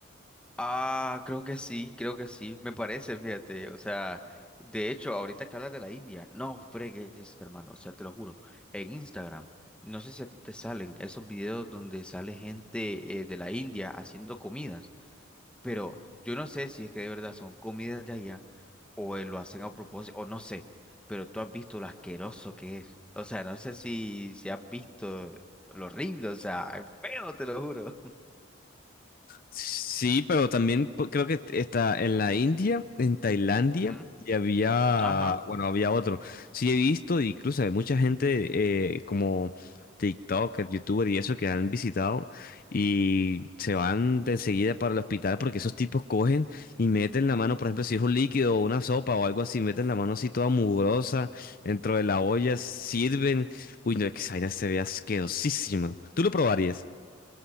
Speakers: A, in the centre; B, on the left.
A: Ah, creo que sí, creo que sí, me parece, fíjate, o sea, de hecho, ahorita que hablas de la India, no fregues, hermano, o sea, te lo juro, en Instagram, no sé si a ti te salen esos videos donde sale gente eh, de la India haciendo comidas, pero yo no sé si es que de verdad son comidas de allá o eh, lo hacen a propósito, o no sé, pero tú has visto lo asqueroso que es, o sea, no sé si, si has visto lo horrible, o sea, es feo, te lo juro.
B: Sí, pero también po- creo que está en la India, en Tailandia,
A: <laughs> Ujú,
B: y había,
A: Ajá.
B: bueno, había otro. Sí, he visto, incluso hay mucha gente eh, como TikToker, YouTuber y eso que han visitado y se van de enseguida para el hospital porque esos tipos cogen y meten la mano, por ejemplo, si es un líquido o una sopa o algo así, meten la mano así toda mugrosa dentro de la olla, sirven. Uy, no, es que esa vaina se ve asquerosísima. ¿Tú lo probarías?